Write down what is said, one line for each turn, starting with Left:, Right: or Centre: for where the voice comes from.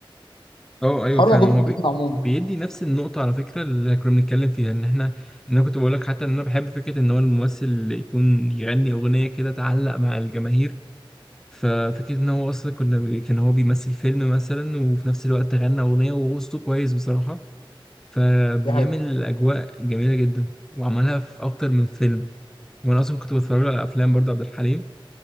Centre: اه ايوه
Left: حوار
Centre: فعلا
Left: موجود
Centre: ما
Left: في
Centre: هو
Left: الدنيا
Centre: بي...
Left: عموما
Centre: بيدي نفس النقطة على فكرة اللي كنا بنتكلم فيها ان احنا ان انا كنت بقول لك حتى ان انا بحب فكرة ان هو الممثل اللي يكون يغني اغنية كده تعلق مع الجماهير ففكرة ان هو اصلا كنا بي... كان هو بيمثل فيلم مثلا وفي نفس الوقت غنى اغنية وهو صوته كويس بصراحة فبيعمل
Left: دي حقيقة.
Centre: اجواء جميلة جدا وعملها في اكتر من فيلم وانا اصلا كنت بتفرج على افلام برضه عبد الحليم